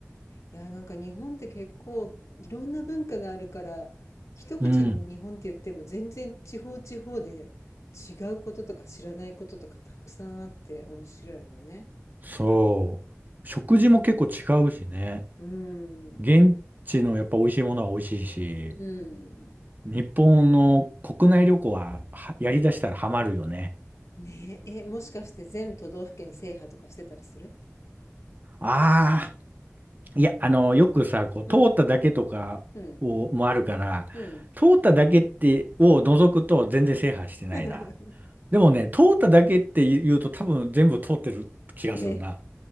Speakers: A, on the left; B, on the right.
A: や、なんか日本って結構いろんな文化があるから、一口に日本って言っても全然地方地方で違うこととか知らないこととかたくさんあって面白いよね。
B: うん。そう。食事も結構違うしね。
A: うん。
B: 現地のやっぱ美味しいものは美味しいし、
A: うん。
B: 日本の国内旅行は、はやりだしたらハマるよね。
A: ねえ、え、もしかして全都道府県制覇とかしてたりする
B: あいや、あの、よくさ、こう、通っただけとかを、
A: うん。うん。
B: もあるから、
A: うん。
B: 通っただけって、を除くと全然制覇してないな。
A: <laughs>
B: でもね、通っただけって言うと多分全部通ってる気がするな。
A: え、